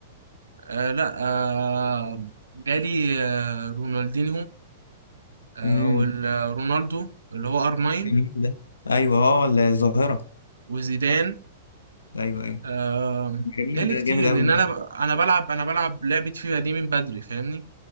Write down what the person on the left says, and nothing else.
امم
جميل ده ايوه اه الظاهره
ايوه ايوه
جميل
ده
جامد قوي